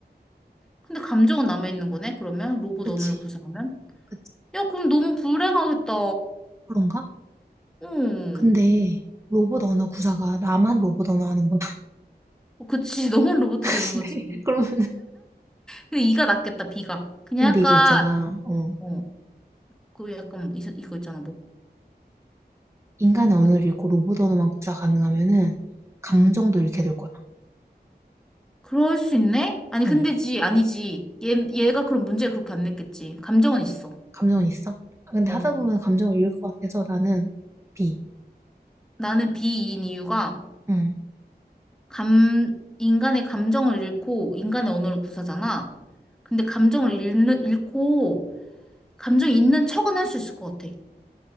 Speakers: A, in the centre; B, on the right (about 15°).
A: 근데 감정은 남아있는 거네? 그러면? 로봇
B: 그치,
A: 언어를 구사하면?
B: 그치.
A: 야, 그럼 너무 불행하겠다.
B: 그런가?
A: 응.
B: 근데 로봇 언어 구사가 나만 로봇 언어 하는 거같은데
A: 그치. <laughs> 너만 로봇
B: <laughs>
A: 되는 거지.
B: 그러면
A: 근데 이가 낫겠다, 비가. 그냥
B: 근데
A: 약간,
B: 이거 있잖아. 어.
A: 어. 그 약간, 이, 이거 있잖아, 뭐.
B: 인간의 언어를
A: 뭐.
B: 잃고 로봇 언어만 구사 가능하면은 감정도
A: 응.
B: 잃게 될 거야.
A: 그럴 수 있네? 아니, 근데지,
B: 응.
A: 아니지. 얘, 얘가 그럼 문제 그렇게 안 냈겠지. 감정은 있어.
B: 감정은 있어. 아, 근데
A: 어,
B: 하다 보면 감정을 잃을 것 같아서 나는 B.
A: 나는 B인 이유가,
B: 응.
A: 감, 인간의 감정을 잃고, 인간의 언어를 구사잖아. 근데 감정을 잃는, 잃고, 감정이 있는 척은 할 수 있을 것 같아.